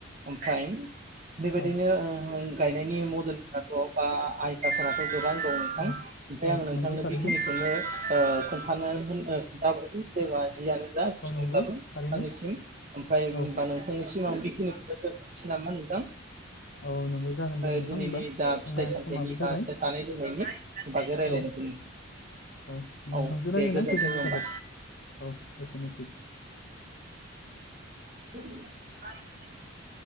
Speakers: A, on the right; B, on the left.
A: ओमफ्राय बेबायदिनो
B: औ
A: ओ गायनायनि मडेलफोराथ' बा आयदाफोराथ' गोबां दं नोंथां
B: औ
A: ओमफ्राय
B: औ
A: आं नोंथांनो
B: नंगौ थारैनो
A: बेखिनिखौनो खोन्थानो‌ <unintelligible> <unintelligible> नोंथांनिसिम
B: औ नंगौ थारैनो
A: ओमफ्राय होमबा
B: औ
A: नोंथांनिसिम आं बे खिनिखौनो दोनथ'नोसै नामा नोंथां?
B: औ नंगौ जागोन
A: ओ
B: दे नोंथां
A: दिनैनि
B: होमबा
A: दा
B: जोंना
A: फिथाइ सामथायनि
B: समाबो जाबाय
A: बा जानाय लोंनायनि बागै रायलायनायखौ
B: औ औ
A: नोंथां
B: नोंथांजों रायज्लाय
A: दे
B: ना
A: गोजोन्थों
B: गोजोननाय
A: होमबा
B: थाबाय औ एसेनोसै।
A: <inaudible>